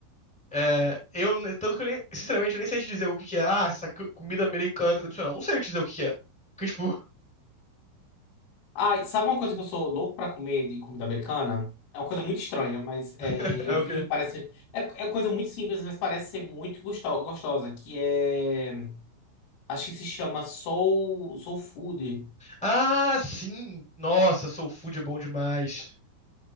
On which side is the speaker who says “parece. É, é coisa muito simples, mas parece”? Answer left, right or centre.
Left